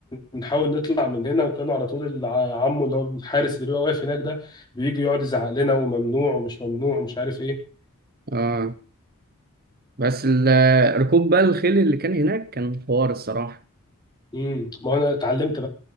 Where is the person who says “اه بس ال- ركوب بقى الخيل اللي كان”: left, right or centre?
Right